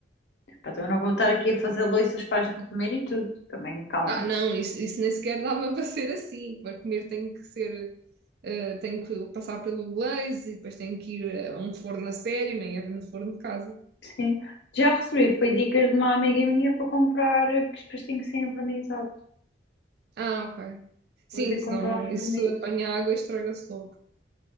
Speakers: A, on the left; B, on the right.
A: Pá, também não vou estar aqui a fazer louças para a gente comer e tudo. Também calma.
B: Ah, não, isso, isso nem sequer dava <laughs> para ser assim. Para comer tem que ser, eh, tem que passar pelo glaze e depois tem que ir eh, a um forno a sério, nem é no forno de casa.
A: Sim. Já recebi, foi dicas de uma amiga minha para comprar, eh, porque isto depois tem que ser envernizado.
B: Ah, ok. Sim,
A: Vou ter que
B: senão
A: comprar uns
B: isso
A: vernizes.
B: apanha água e estraga-se logo.